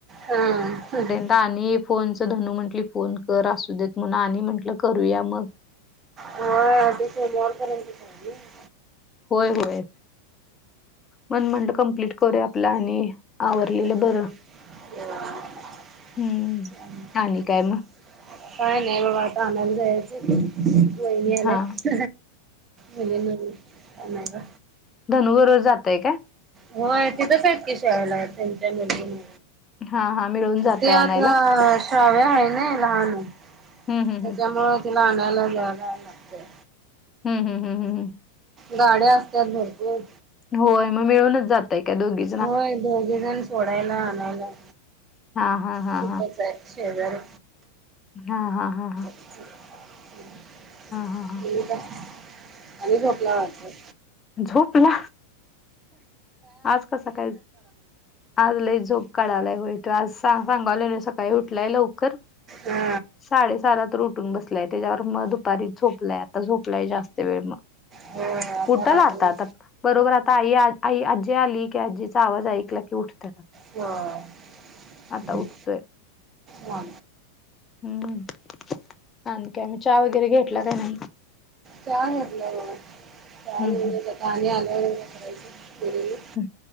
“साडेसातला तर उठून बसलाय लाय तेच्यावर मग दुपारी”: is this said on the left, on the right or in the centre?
Left